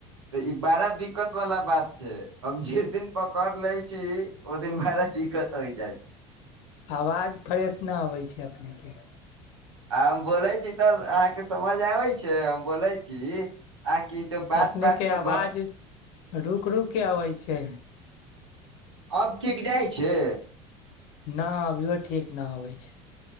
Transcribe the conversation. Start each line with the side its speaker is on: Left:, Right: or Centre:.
Right: तऽ ई बड़ा दिक्कत वाला बात छै हमझ जे दिन पकड़ लै छी ओ दिन बारा दिक्कत होइ जाइ छै
Left: आवाज फ्रेश न अबै छै अपने के
Right: आ हम बोलै छी तऽ अहाँके समझ आबै छै हम बोलै छी आकि जो बात
Left: अपने
Right: बात
Left: के
Right: में
Left: आवाज
Right: घ
Left: रुक रुक के आबै छै
Right: अब ठीक जाइ छै
Left: न अबियो ठीक न अबै छै